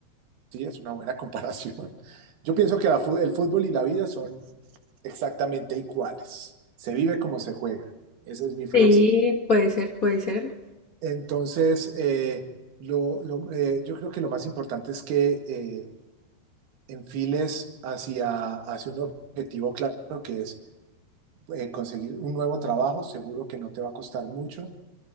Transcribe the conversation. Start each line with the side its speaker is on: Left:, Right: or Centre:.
Right: Sí, es una buena <laughs> comparación. Yo pienso que la fu- el fútbol y la vida son exactamente iguales. Se vive como se juega. Esa es mi frase.
Left: Sí, puede ser, puede ser.
Right: Entonces, eh, lo- lo- eh, yo creo que lo más importante es que eh, enfiles hacia, hacia un objetivo claro que es eh, conseguir un nuevo trabajo. Seguro que no te va a costar mucho.